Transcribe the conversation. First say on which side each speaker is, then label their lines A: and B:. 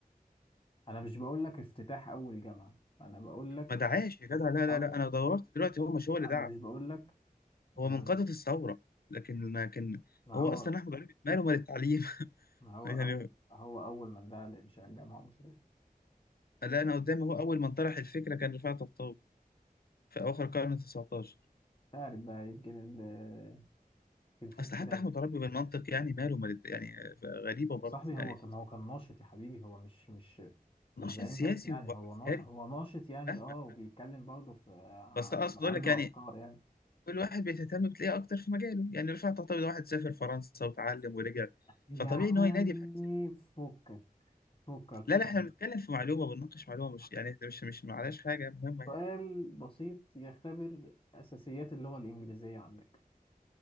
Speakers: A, on the left (about 35°); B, on the left (about 80°).
A: انا مش بقول لك افتتاح اول جامعه انا بقول لك
B: ما دعاش يا جدع لا لا
A: اول
B: لا انا دورت دلوقتي هو مش هو اللي
A: انا
B: دعا
A: مش بقول لك أمال
B: هو من قادة
A: مين؟
B: الثورة لكن لكن
A: ما
B: هو
A: هو
B: اصلا احمد عرابي ماله مال التعليم <laughs>
A: ما هو
B: يعني
A: اول هو اول من دعا لانشاء جامعه مصريه مش
B: لا انا قدامي هو اول من طرح الفكرة كان رفعت الطوبي في اواخر القرن 19
A: عارف بقى يمكن ال- كان في
B: اصل
A: اختلاف
B: حتى احمد عرابي بالمنطق يعني ماله مال الت- يعني غريبة
A: يا
B: برضه
A: صاحبي
B: يعني
A: هو كان هو كان ناشط يا حبيبي هو مش مش مش
B: ناشط
A: زعيم
B: سياسي
A: بس يعني
B: وعسكري
A: هو نا- هو ناشط يعني
B: فاهمك
A: اه وبيتكلم
B: فاهمك.
A: برضه في عن-
B: بس اقصد
A: عنده
B: اقول لك يعني
A: افكار يعني
B: كل واحد بيهتم بتلاقيه اكتر في مجاله يعني رفعت تعتبر ده واحد سافر فرنسا وتعلم ورجع
A: يا
B: فطبيعي
A: عمي
B: ان هو ينادي بحاجه زي-
A: فكك فكك
B: لا لا
A: ماشي
B: احنا بنتكلم في معلومه بنناقش معلومه مش يعني احنا مش مش معلاش حاجه مهمه
A: سؤال
B: يعني
A: بسيط يختبر أساسيات اللغة الإنجليزية عندك